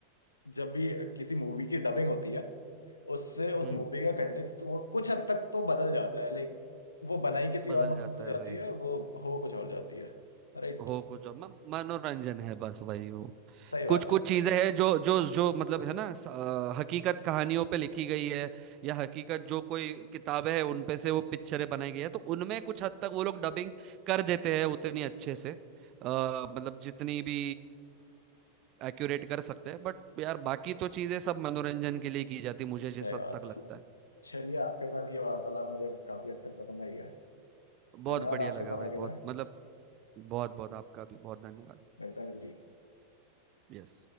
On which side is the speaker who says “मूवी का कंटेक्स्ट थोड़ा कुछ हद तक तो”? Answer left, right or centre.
Left